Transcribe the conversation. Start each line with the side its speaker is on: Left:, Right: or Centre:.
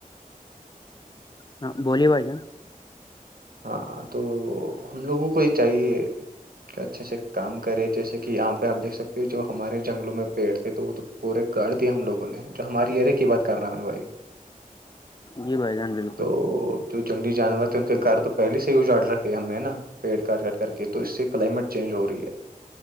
Left: ہاں بولی باز
Right: ہاں تو ہم لوگوں کو یہ چاہیے اچھے سے کام کرے جیسے کہ یہاں پہ آپیکھ سکتے ہو جو ہمارے جنگلوں میں پیڑ تھے تھے وہ تو پورے کر دیے ہم لوگوں نے جو ہماری ایریا کی بات کر رہا میں بھائی
Left: جی بھائی جان بالکل
Right: تو جو جنگلی جانور تھے ان کے گھر تو پہلے سے ہی اجاڑ رکھے ہم نے نا پیڑ کاٹ کاٹ کر کے تو اس سے کلائمیٹ چینج ہو رہی ہے